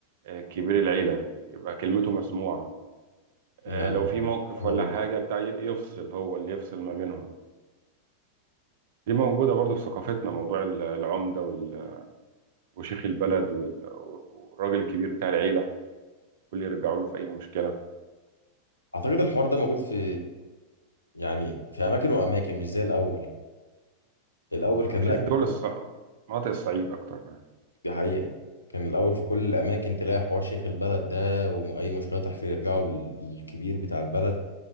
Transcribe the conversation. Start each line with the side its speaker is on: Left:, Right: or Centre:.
Right: آه، كبير العيلة يبقى كلمته مسموعة آه،
Left: يا-
Right: لو في موقف
Left: الحمد
Right: ولا
Left: لله
Right: حاجة بتاع يفصل هو اللي يفصل ما بينهم دي موجودة برضو في ثقافتنا موضوع ال- العمدة وال- وشيخ البلد وال- والراجل الكبير بتاع العيلة كل يرجعوا له في أي مشكلة
Left: أعتقد الحوار ده موجود في يعني في أماكن وأماكن مش زي الأول الأول
Right: هتلاقيه
Left: كان لا كان
Right: في دول
Left: كل
Right: الص... مناطق الصعيد أكتر يعني
Left: دي حقيقة كان الأول في كل الأماكن تلاقي حوار شيخ البلد ده وأي مشكلة تحصل يرجعوا للكبير بتاع البلد